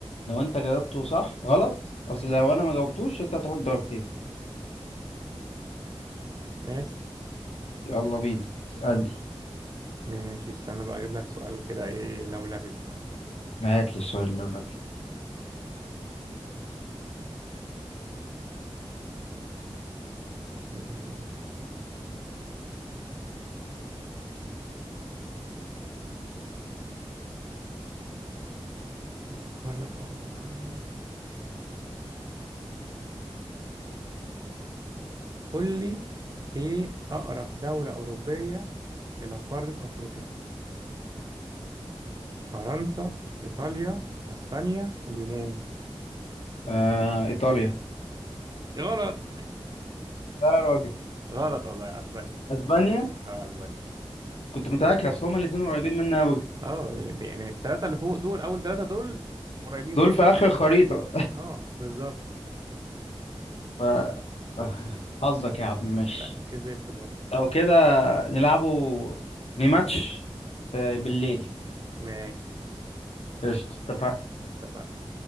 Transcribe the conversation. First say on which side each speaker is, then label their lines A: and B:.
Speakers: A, on the left; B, on the right.
A: لو انت جاوبته صح غلط اصل لو انا ما جاوبتوش انت هتاخد درجتين
B: ماشي
A: يلا بينا اسألني
B: ماشي استنى بقى اجيب لك سؤال كده ايه لولبي بقى
A: هات لي السؤال لو لبي
B: <laughs> بفكر لك اهو بفكر لك قول لي ايه اقرب دولة اوروبية الى قارة افريقيا فرنسا إيطاليا أسبانيا اليونان
A: آه ايطاليا
B: غلط
A: لا يا راجل
B: غلط والله أسبانيا
A: اسبانيا
B: اه أسبانيا
A: كنت متأكد اصل هما الاتنين قريبين مني قوي
B: اه يعني التلاتة اللي فوق دول أول تلاتة دول قريبين
A: دول
B: جدا
A: في اخر خريطة
B: اه بالظبط
A: ف آه، حظك يا عم ماشي
B: أسبانيا كسبت برضه
A: لو كده نلعبوا ريماتش آه، بالليل
B: ماشي
A: قشطة اتفقنا
B: اتفقنا